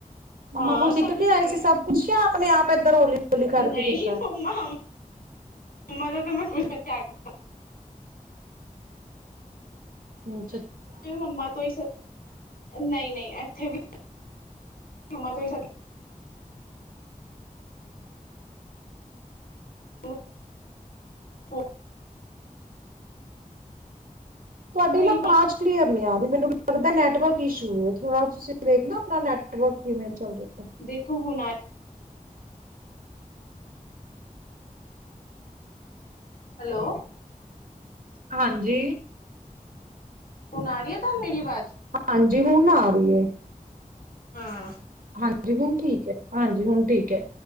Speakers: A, on the right; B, on the left.
A: ਮੰਮਾ
B: ਹਾਂ
A: ਕੋਲ ਸਿੱਖ
B: ਸਭ ਕੁਛ
A: ਕੇ ਆਏ
B: ਆਉਂਦਾ
A: ਸੀ ਸਭ ਕੁੱਝ ਯਾ ਆਪਣੇ -ਆਪ ਏਧਰ ਹੌਲੀ ਹੌਲੀ ਕਰਕੇ
B: ਨਹੀਂ
A: ਕੀਤਾ
B: ਮੰਮਾ - ਮੰਮਾ ਦਾ ਮੈਂ ਕੁਛ ਬੱਚਾ ਆ ਕੇ
A: ਹਮ,
B: ਮੰਮਾ ਤੋਂ ਹੀ ਸਬ ਨਹੀਂ -ਨਹੀਂ ਇੱਥੇ ਵੀ ਮੰਮਾ ਤੋਂ ਹੀ ਸਭ <unintelligible>
A: ਤੁਹਾਡੀ
B: ਕੋਈ
A: ਨਾ ਅਵਾਜ ਕਲੀਅਰ ਨੀ ਆ ਰਹੀ ਮੈਨੂੰ ਲੱਗਦੈ ਨੈਟਵਰਕ ਇਸ਼ੂ ਥੋੜ੍ਹਾ ਤੁਸੀਂ ਦੇਖਨਾ ਆਪਣਾ ਨੈਟਵਰਕ ਕਿਵੇੇ ਚੱਲ ਰਿਹਾ।
B: ਦੇਖੋ ਹੁਣ ਆ ਹੈਲੋ,
A: ਹਾਂਜੀ।
B: ਹੁਣ ਆ ਰਹੀ ਹੈ ਤਾਂ ਨੂੰ ਮੇਰੀ ਆਵਾਜ਼
A: ਹਾਂ, ਜੀ ਹੁਣ ਆ ਰਹੀ ਹੈ।
B: ਹਾਂ,
A: ਹਾਂਜੀ। ਹੁਣ ਠੀਕ ਹੈ, ਹਾਂਜੀ ਹੁਣ ਠੀਕ ਹੈ,